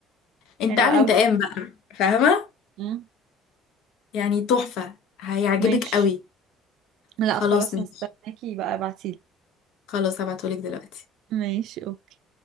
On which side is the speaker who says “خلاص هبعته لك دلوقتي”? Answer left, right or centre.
Left